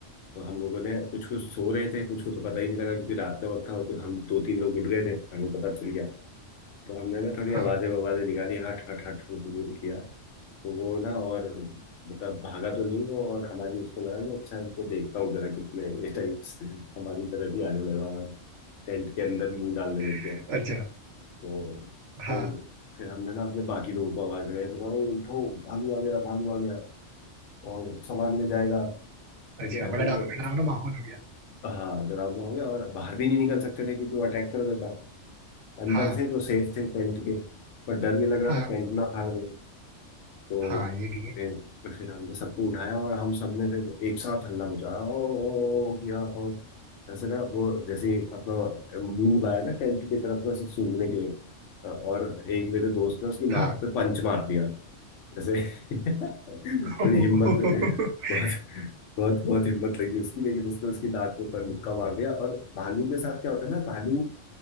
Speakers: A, on the left (about 75°); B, on the right (about 70°).
A: तो हम लोगों ने कुछ कुछ सो रहे थे कुछ को तो पता ही नहीं लगा क्योंकि रात का वक्त था और फिर हम दो तीन लोग उठ गए थे हमें पता चल गया तो हमने ना थोड़ी
B: हाँ
A: आवाजें आवाजें निकाली हट हट हट हट हट किया तो वो ना और मतलब भागा तो नहीं वो और हमारी उसको लगा कि अच्छा इनको देखता हूँ जरा कितने ये टाइप्स हमारी तरफ भी आने लगा और टेंट के अंदर मुंह डालने लग
B: <laughs>
A: गया
B: अच्छा
A: तो
B: हाँ
A: फिर फिर हमने ना अपने बाकी लोगों को आवाज लगाई तो भाई उठो भालू आ गया भालू आ गया और सामान ले जाएगा ठीक
B: अच्छा
A: है
B: बड़ा
A: तो वो
B: डरा- डरावना माहौल हो गया
A: हाँ डरावना हो गया और बाहर भी नहीं निकल सकते थे क्योंकि वो अटैक कर देता अंदर
B: हाँ
A: थे तो सेफ थे टेंट के पर डर भी लग रहा
B: हाँ
A: था टेंट ना फाड़ दे तो
B: हाँ ये भी है
A: फिर फिर हमने सबको उठाया और हम सब ने फिर एक साथ हल्ला मचाया ओ ओ या और ऐसे ना वो जैसे ही अपना मुंह लाया ना टेंट की तरफ में ऐसे सूंघने के लिए और एक मेरे दोस्त ने उसकी नाक
B: हाँ
A: पे पंच मार दिया जैसे <laughs>
B: <laughs>
A: बड़ी हिम्मत बहुत बहुत बहुत हिम्मत लगी उसकी लेकिन उसने उसकी नाक पे पर मुक्का मार दिया और भालू के साथ क्या होता है ना भालू